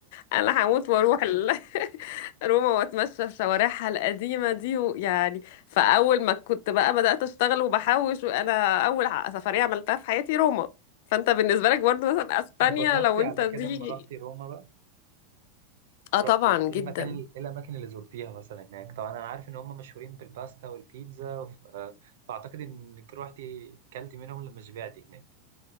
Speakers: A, on the left; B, on the right.
A: انا هموت واروح ال... <laughs> روما واتمشى في شوارعها القديمه دي ويعني فاول ما كنت بقى بدات اشتغل وبحوش وانا اول ع- سفريه عملتها في حياتي روما فانت بالنسبه لك برضه مثلا اسبانيا
B: اتبسطتي
A: لو انت
B: على
A: دي
B: كده لما رحتي روما بقى
A: <laughs> اه طبعا
B: رحتي ايه
A: جدا
B: المكان ال- ايه الاماكن اللي زرتيها مثلا هناك طبعا انا عارف ان هم مشهورين بالباستا والبيتزا وف... آه، فاعتقد انك روحتي كلتي منهم لما شبعتي هناك